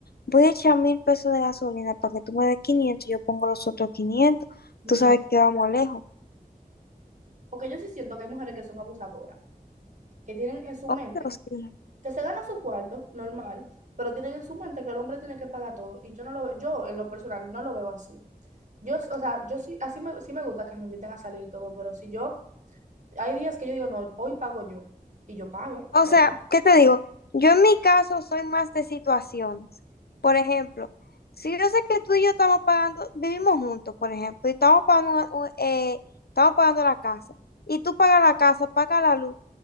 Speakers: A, on the left (about 80°); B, on the right (about 50°).
A: voy a echar mil pesos de gasolina para que tú me des quinientos yo pongo los otros quinientos
B: Mi-
A: tú sabes que vamos lejos.
B: Porque yo sí siento que hay mujeres que son abusadoras, que tienen en su
A: Oh,
B: mente
A: Dios mío.
B: que se gana su cuarto, normal, pero tienen en su mente que el hombre tiene que pagar todo. Y yo no lo veo, yo en lo personal no lo veo así. Yo, o sea, yo sí, así me, sí me gusta que me inviten a salir y todo, pero si yo, hay días que yo digo, no, hoy pago yo, y yo pago,
A: O
B: no.
A: sea, ¿qué te digo? Yo en mi caso soy más de situaciones. Por ejemplo, si yo sé que tú y yo estamos pagando, vivimos juntos, por ejemplo, y estamos pagando, una- un- eh, estamos pagando la casa, y tú pagas la casa, pagas la luz,